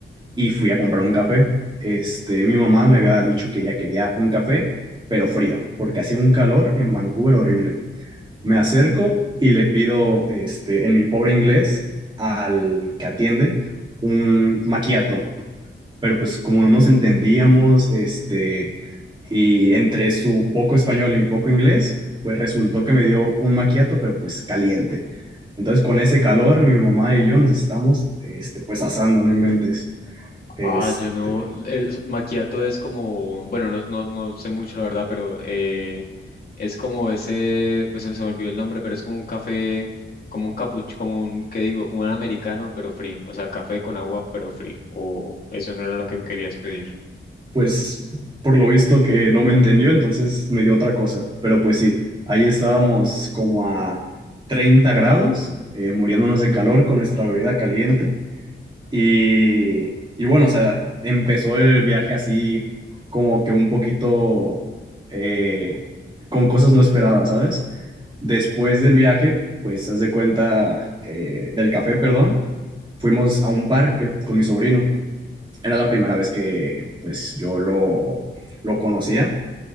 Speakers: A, on the right; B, on the left.
A: y fui a comprar un café. Este, mi mamá me había dicho que ella quería un café, pero frío, porque hacía un calor en Vancouver horrible. Me acerco y le pido, este, en mi pobre inglés, al que atiende un maquiato. Pero pues como no nos entendíamos, este, y entre su poco español y mi poco inglés, pues resultó que me dio un maquiato, pero pues caliente. Entonces con ese calor, mi mamá y yo nos estamos, este, pues asando, no inventes. Este,
B: Ah, yo no, es, macchiato es como, bueno, no, no, no sé mucho la verdad, pero eh, es como ese, pues se se me olvidó el nombre, pero es como un café, como un capucho, como un, ¿qué digo? Un americano, pero frío, o sea, café con agua, pero frío, o eso no era lo que querías pedir.
A: pues por lo visto que no me entendió, entonces me dio otra cosa. Pero pues sí, ahí estábamos como a 30 grados, eh, muriéndonos de calor con nuestra bebida caliente. Y, y bueno, o sea, empezó el viaje así como que un poquito eh, con cosas no esperadas, ¿sabes? Después del viaje, pues haz de cuenta eh, del café, perdón, fuimos a un parque con mi sobrino era la primera vez que pues yo lo, lo conocía